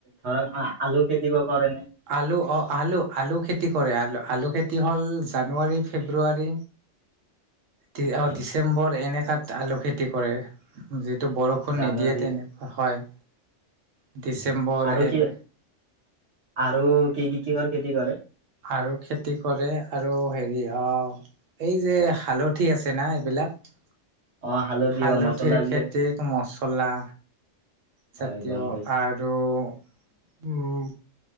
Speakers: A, on the right; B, on the right.
A: ধৰক আঁ আলু খেতি কৰে। নে
B: আলু, অঁ আলু, আলু খেতি, খেতি কৰে আলু, আলু খেতি হ'ল জানুৱাৰী, ফেব্ৰুৱাৰী, ডি
A: হয়
B: অঁ ডিচেম্বৰ এনেকাত আলু খেতি কৰে। যি, টো বৰষুণ
A: জানুৱাৰীত
B: নিদিয়ে তেনেকুৱা হয়। ডিচেম্বৰ
A: হয় আৰু
B: এন।
A: কি আৰু কি কি কিহৰ খেতি কৰে।
B: আৰু খেতি কৰে আৰু হেৰি এই যে হালধি আছে না এইবিলাক
A: অ হালধি
B: হালধিৰ
A: অ মছলা যি
B: খেতিক মচলা জাতীয়
A: হয় গম পাইছো
B: আৰু উম